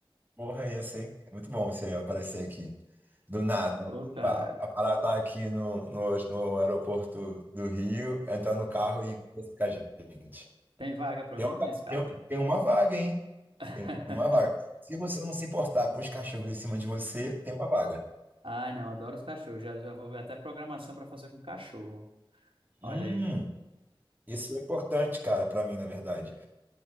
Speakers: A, on the right; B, on the right.
A: Porra, ia ser muito bom você aparecer aqui. Do nada.
B: Ô, cara,
A: Pa- A parada tá aqui no, no, no aeroporto do Rio, entrar no carro e conversar com a gente.
B: tem vaga para
A: Tem
B: mim
A: uma,
B: aí nesse carro?
A: tem tem uma vaga, hein?
B: <laughs>
A: Tem uma vaga. Se você não se importar com os cachorros em cima de você, tem uma vaga.
B: Ai, não, adoro os cachorros. Já, já vou ver até programação para fazer com cachorro.
A: Hum.
B: Olha aí.
A: Isso é importante, cara, pra mim, na verdade.